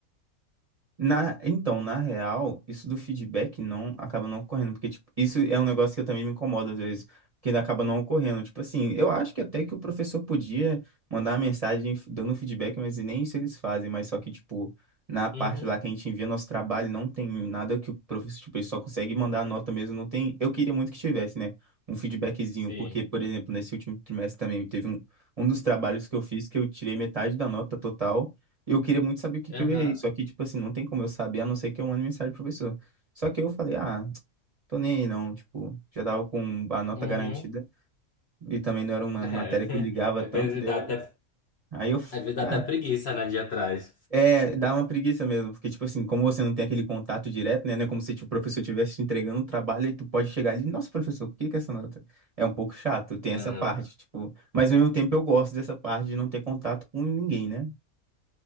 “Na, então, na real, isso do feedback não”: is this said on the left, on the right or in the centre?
Right